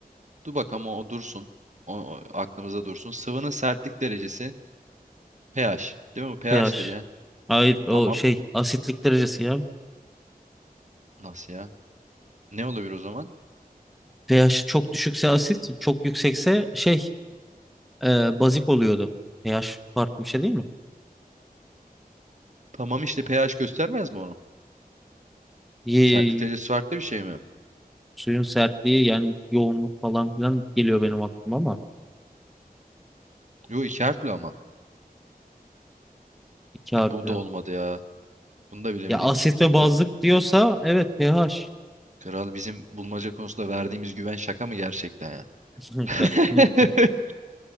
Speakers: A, on the right; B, in the centre.
A: Dur bak ama o dursun. O, o aklımıza dursun. Sıvının sertlik derecesi pH. Değil mi? bu? pH'tir
B: pH.
A: ya.
B: Hayır o
A: Tamam.
B: şey asitlik derecesi ya.
A: Nasıl ya? Ne olabilir o zaman?
B: pH çok düşükse asit, çok yüksekse şey e, bazik oluyordu. pH farklı bir şey değil mi?
A: Tamam işte pH göstermez mi onu?
B: Ye-
A: Sertlik derecesi farklı bir şey mi?
B: suyun sertliği yani yoğunluk falan filan geliyor benim aklıma ama
A: Yo iki harfli ama.
B: iki harfli.
A: Bu da olmadı ya. Bunu da bilemedik.
B: Ya asit ve
A: Kra-
B: bazlık diyorsa evet pH.
A: Kral bizim bulmaca konusunda verdiğimiz güven şaka mı gerçekten ya?
B: <laughs>
A: <laughs>